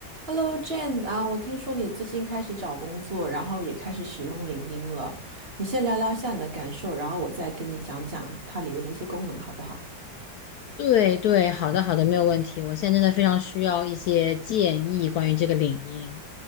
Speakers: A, on the right (about 35°); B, on the left (about 70°).
A: Hello Jane 啊，我听说你最近开始找工作，然后也开始使用领英了。你先聊聊一下你的感受，然后我再跟你讲讲它里面的一些功能，好不好？
B: 对对，好的好的，没有问题。我现在真的非常需要一些建议关于这个领英。